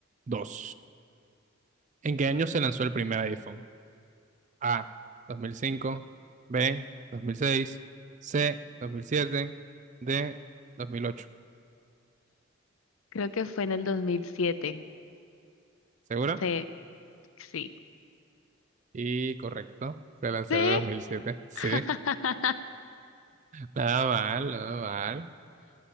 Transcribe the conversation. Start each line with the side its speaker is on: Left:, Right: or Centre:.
Right: 2. ¿En qué año se lanzó el primer iPhone? A. dos mil cinco. B. dos mil seis. C. dos mil siete. D. dos mil ocho.
Left: Creo que fue en el 2007.
Right: ¿Segura?
Left: Sí, sí.
Right: Y correcto. Se lanzó
Left: Sí.
Right: en el 2007. Sí.
Left: <laughs>
Right: Nada mal, nada mal.